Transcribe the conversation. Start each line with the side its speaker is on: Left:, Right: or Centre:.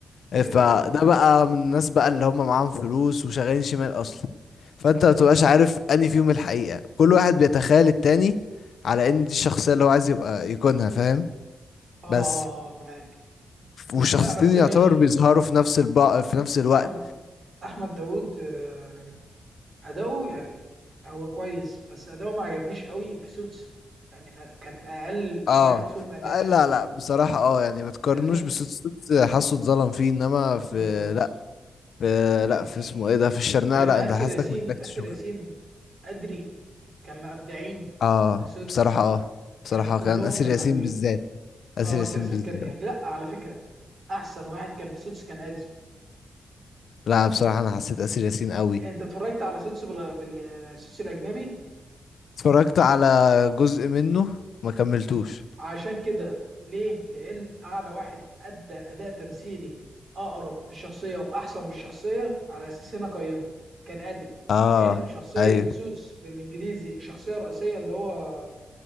Left: إيه،
Right: ايوه
Left: فده
Right: ايوه
Left: بقى من الناس بقى اللي هم معاهم فلوس وشغالين شمال اصلا فانت ما بتبقاش عارف انهي فيهم الحقيقة كل واحد بيتخيل التاني على ان دي الشخصية اللي هو عايز يبقى يكونها فاهم
Right: اه اه
Left: بس
Right: آه، أه، معاك
Left: والشخصيتين
Right: لا بس
Left: يعتبر
Right: انا
Left: بيظهروا في نفس البق في نفس الوقت
Right: احمد احمد داوود آه، يعني اداؤه يعني هو كويس بس اداؤه ما عجبنيش قوي في سوتس يعني أ- كان اقل
Left: اه
Right: واحد فيهم اداء
Left: لا لا بصراحة اه يعني ما تقارنوش
Right: فاهمني
Left: بصوت صوت حاسه اتظلم فيه انما في
Right: بالظبط
Left: لا في
Right: يعني
Left: لا في اسمه ايه ده في الشرنقة
Right: لان
Left: لا
Right: اسر
Left: انت حاسك
Right: ياسين
Left: محتاج
Right: اسر
Left: تشوفه
Right: ياسين ادري كان مبدعين
Left: اه
Right: في سوتس
Left: بصراحة اه بصراحة
Right: كان كلهم
Left: كان آسر
Right: كانوا
Left: ياسين
Right: حلوين
Left: بالذات آسر
Right: اه
Left: ياسين
Right: اسر ياسين
Left: بالذات
Right: كان يعني لا على فكره احسن واحد كان في سوتس كان ادري
Left: لا بصراحة أنا حسيت آسر ياسين قوي
Right: انت اتفرجت على سوتسو بال... بالسوتسو الاجنبي
Left: اتفرجت على جزء منه ما كملتوش
Right: عشان كده ليه لان اعلى واحد ادى اداء تمثيلي اقرب للشخصيه واحسن من الشخصيه على اساس هنا قيمت كان ادري
Left: اه
Right: لان شخصيه
Left: ايوه
Right: سوتس بالانجليزي الشخصيه الرئيسيه اللي هو